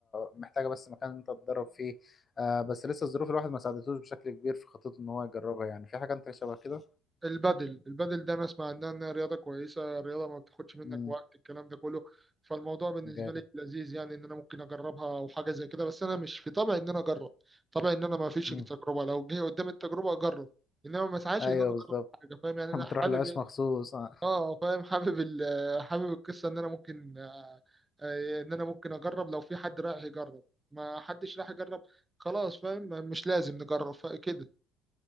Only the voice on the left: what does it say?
محتاجه بس مكان انت تتدرب فيه آه، بس لسه الظروف الواحد ما ساعدتوش بشكل كبير في خطته ان هو يجربها يعني في حاجه انت شبه كده
امم
جامد
امم
ايوه
بالظبط
<laughs>
ما
تروح لهاش
مخصوص <laughs>